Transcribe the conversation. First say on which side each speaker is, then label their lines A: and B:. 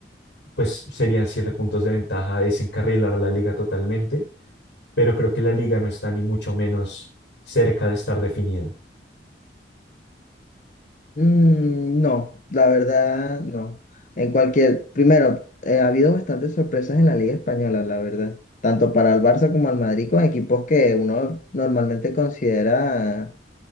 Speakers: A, on the left; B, on the left.
A: pues serían siete puntos de ventaja, desencarrilar la liga totalmente, pero creo que la liga no está ni mucho menos cerca de estar definida.
B: Mm, no, la verdad, no. En cualquier, primero, eh, ha habido bastantes sorpresas en la Liga Española, la verdad. Tanto para el Barça como al Madrid, con equipos que uno normalmente considera